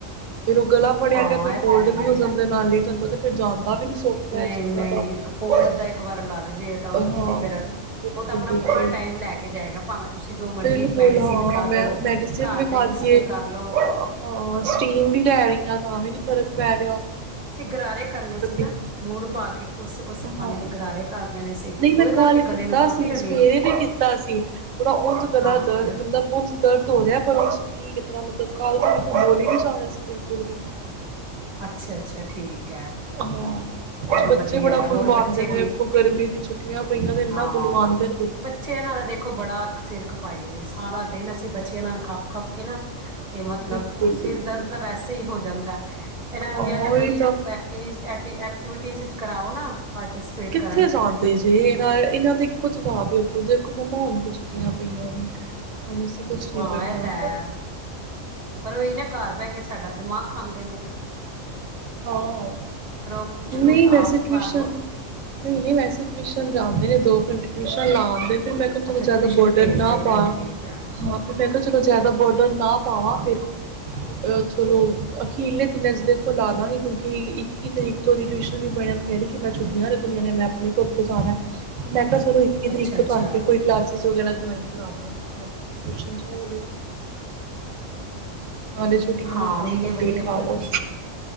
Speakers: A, on the right; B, on the right.
A: ਫਿਰ ਉਹ ਗਲਾ ਫੜਿਆ
B: ਹਾਂ
A: ਗਿਆ ਫੇਰ
B: ਇਹ
A: ਕੋਲਡ
B: ਤਾਂ ਹੈ ਹੀ
A: ਵੀ ਹੋ
B: ਹੈ
A: ਜਾਂਦੈ ਨਾਲ ਈ। ਤੁਹਾਨੂੰ ਪਤਾ ਫਿਰ ਜਾਣ ਦਾ ਵੀ ਨੀ ਸੌਖਾ
B: ਨਹੀਂ
A: ਇਹ ਚੀਜ਼ਾਂ
B: ਨਹੀਂ
A: ਦਾ <unintelligible>
B: ਕੋਲਡ ਦਾ ਇੱਕ ਵਾਰ ਲੱਗ ਜੇ ਤਾਂ ਉਹ
A: ਹਾਂ
B: ਤੁਸੀਂ ਫਿਰ
A: ਬਿਲਕੁਲ
B: ਉਹ ਤਾਂ ਆਪਣਾ
A: ਬਿਲਕੁਲ
B: ਪੂਰਾ ਟਾਈਮ ਲੈ ਕੇ ਜਾਏਗਾ ਭਾਵੇਂ ਤੁਸੀਂ ਜੋ ਮਰਜ਼ੀ
A: ਬਿਲਕੁਲ
B: ਮੈਡੀਸਿਨ
A: ਹਾਂ
B: ਖਾ
A: ਮੈਂ
B: ਲਓ
A: ਮੈਡੀਸਿਨ
B: ਘਰ
A: ਵੀ
B: ਦੇ
A: ਖਾਧੀ
B: ਨੁਸਖੇ
A: ਏ
B: ਕਰ ਲਓ
A: ਹਾਂ ਸਟੀਮ ਵੀ ਲੈ ਰਹੀ ਆਂ ਤਾਂ ਵੀ ਨੀਂ ਫ਼ਰਕ ਪੈ ਰਿਆ।
B: ਸੀ ਗਰਾਰੇ ਕਰਨੇ ਸੀ। ਨਾ
A: <unintelligible>
B: ਨੂਨ ਪਾ ਕੇ ਕੋਸੇ-ਕੋਸੇ ਪਾਣੀ
A: ਹਾਂ
B: ਦੇ ਗਰਾਰੇ ਕਰ ਲੈਣੇ ਸੀਗੇ
A: ਨਹੀਂ ਮੈਂ
B: ਉਹਦੇ ਨਾਲ
A: ਕੱਲ
B: ਵੀ ਗਲੇ
A: ਕੀਤਾ
B: ਨੂੰ ਕਾਫ਼ੀ
A: ਸੀ
B: ਰਿਲੀਫ
A: ਸਵੇਰੇ ਵੀ ਕੀਤਾ ਸੀ। ਥੋੜਾ ਉਝ ਗਲਾ
B: ਹਾਂ
A: ਦਰਦ ਮਤਲਬ ਉਝ ਦਰਦ ਹੋ ਰਿਹੈ ਪਰ ਉਂਝ ਠੀਕ ਐ ਥੋੜਾ ਮਤਲਬ ਕੱਲ ਤੇ ਮੇਰੇ ਕੋਲ ਬੋਲਿ ਈ ਨੀਂ ਜਾ ਰਿਹਾ ਸੀ ਬਿਲਕੁਲ ਵੀ
B: ਅੱਛਾ ਅੱਛਾ ਠੀਕ। ਹੈ
A: ਹਾਂ। ਕੁਛ
B: ਚਲੋ
A: ਬੱਚੇ
B: ਵਧੀਆ
A: ਬੜਾ
B: ਐ
A: ਬੁਲਵਾਉਂਦੇ
B: ਹੋਰ ਬੱਚੇ
A: ਨੇ
B: ਠੀਕ।
A: ਦੇਖੋ ਗਰਮੀ ਦੀ ਛੁੱਟੀਆਂ ਪਈਆਂ ਤੇ ਇੰਨਾ
B: ਹਾਂ
A: ਬੁਲਵਾਉਂਦੇ ਨੇ
B: ਬੱਚੇ ਇਹਨਾਂ ਦਾ ਦੇਖੋ ਬੜਾ ਸਿਰ ਖਪਾਈ ਜੇ ਸਾਰਾ ਦਿਨ ਅਸੀਂ ਬੱਚਿਆਂ ਨਾਲ ਖੱਪ ਖੱਪ ਕੇ ਨਾਂ ਤੇ ਮਤਲਬ
A: ਬਿਲਕੁਲ
B: ਸਿਰ
A: ਬਿਲਕੁਲ
B: ਦਰਦ ਤਾਂ ਵੈਸੇ ਈ ਹੋ ਜਾਂਦੈ, ਇਹਨਾਂ
A: ਹਾਂ
B: ਨੂੰ ਜਾਂ ਤਾਂ
A: ਉਹੀ
B: ਕੋਈ ਐਕਟੀਵੀਜ਼ ਐਕਟੀ ਐਕ ਐਕਟੀਵਿਟੀਜ਼ ਵਿੱਚ ਕਰਾਓ ਨਾ
A: ਕਿੱਥੇ
B: ਕਰਨ
A: ਜਾਂਦੇ ਜੇ ਇਹਨਾਂ ਇਹਨਾਂ ਦੇ ਇਕੋ ਜਵਾਬ ਏ ਅਗੋਂ ਜੇ ਦੇਖੋ ਮੰਮਾ ਉਦ ਛੁਟੀਆਂ ਪਈਆਂ ਨੇਂ। ਹੁਣ ਅਸੀ ਕੁਛ ਨਹੀਂ
B: ਹਾਂ
A: ਕਰਨਾ।
B: ਇਹ ਤਾਂ ਹੈ ਪਰ ਉਹੀ ਨਾ ਘਰ ਬਹਿ ਕੇ ਸਾਡਾ ਦਿਮਾਗ ਖਾਂਦੇ ਨੇਂ।
A: ਹਾਂ,
B: ਕੁਛ
A: ਨਈਂ
B: ਵੀ
A: ਵੈਸੇ
B: ਆਪ
A: ਟਊਸ਼ਨ,
B: ਕਰ ਲਓ
A: ਨਈਂ ਨਈਂ ਵੈਸੇ ਟਊਸ਼ਨ ਜਾਂਦੇ ਨੇਂ ਦੋ ਘੰਟੇ ਟਿਊਸ਼ਨ ਲਾਂ ਦੇ ਫਿਰ ਮੈਂ ਕਿਹਾ ਚਲੋ
B: ਅੱਛਾ
A: ਜ਼ਦਾ
B: ਟਿਊਸ਼ਨ
A: ਬਰਡਨ
B: ਭੇਜਦੇ
A: ਨਾ ਪਵਾਂ
B: ਪਏ ਹੋ ਠੀਕ ਆ।
A: ਹਾਂ ਫਿਰ ਮੈਂ ਕਿਹਾ ਚਲੋ ਜ਼ਦਾ ਬਰਡਨ ਨਾ ਪਾਵਾਂ ਫਿਰ ਅਹ, ਚਲੋ ਅਖੀਰਲੇ ਦਿਨ ਦੇਖੋ ਲਾ ਕਿਉਂਕਿ ਇੱਕੀ ਤਰੀਕ ਤੋਂ ਉਹਦੀ ਟਿਊਸ਼ਨ ਦੀ ਮੈਡਮ ਕੈਹ ਰੀ ਕਿ ਮੈਂ ਛੁੱਟੀਆਂ ਰੱਖਣੀਆਂ ਨੇਂ, ਮੈਂ ਆਪਣੇ ਪੁੁੱਖ ਤੇ ਜਾਣਾ ਤੇ ਮੈਂ ਚਲੋ ਇੱਕੀ ਤਰੀਕ
B: ਅੱਛਾ
A: ਤੋਂ
B: ਅੱਛਾ।
A: ਤੁਹਾਨੂੰ ਫਿਰ ਕੋਈ ਕਲਾਸਿਸ ਵਗੈਰਾ ਜੁਆਇਨ ਕਰਾ ਦਾਂਗੇ ਤਾਂ ਟੂਸ਼ਨ ਜਾਨਗੇ। ਨਾਲੇ ਛੁੱਟੀਆਂ
B: ਹਾਂ
A: ਦਾ ਕੰਮ
B: ਨਹੀਂ ਨਹੀਂ
A: ਕੰਪਲੀਟ
B: ਵਧੀਆ ਕੀਤਾ
A: ਕਰੋ।
B: ਤੁਸੀਂ